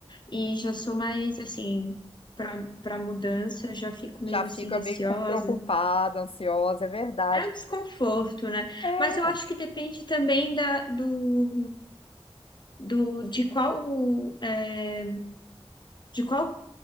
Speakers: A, on the left (about 45°); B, on the left (about 60°).
A: E já sou mais assim, pra, pra mudança, já fico
B: Já
A: meio assim
B: fica
A: receosa.
B: meio com preocupada, ansiosa, é verdade.
A: É um desconforto, né?
B: É,
A: Mas eu acho que depende também da, do, do, de qual, é, de qual